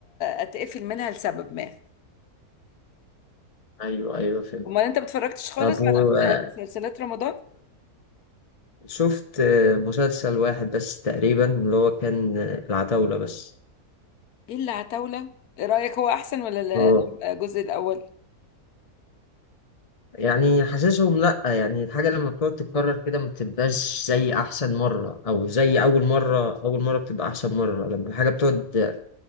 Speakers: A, on the left; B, on the left.
A: اتقفل منها لسبب ما
B: أيوه أيوه فهمت
A: امال انت بتفرجتش خالص
B: طب وأنا
A: على أفلام- مسلسلات رمضان
B: شفت آه، مسلسل واحد بس تقريبا اللي هو كان آه، العتاولة بس
A: ايه اللي عتاوله ايه رايك هو احسن ولا ال-
B: هو
A: الجزء الاول
B: يعني حاسسهم لأ يعني الحاجة لما بتقعد تتكرر كده ما بتبقاش زي أحسن مرة أو زي
A: مم.
B: أول مرة أول مرة بتبقى أحسن مرة لما الحاجة بتقعد